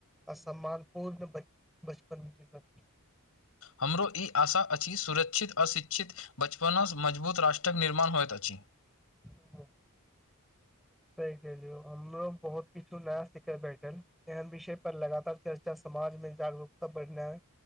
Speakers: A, in the centre; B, on the left.
A: अ सम्मान पूर्ण बच <unintelligible> बचपन वति <unintelligible>
B: हमरो ई आशा अछि सुरक्षित अशिक्षित बचपनसँ मजबूत राष्ट्रक निर्माण होइत अछि
A: ह <inaudible> सही कहलियो हमरो बहुत किछु नया सिखय बैठल एहन विषय पर लगातार चर्चा समाज मे जागरूकता बढ़नाय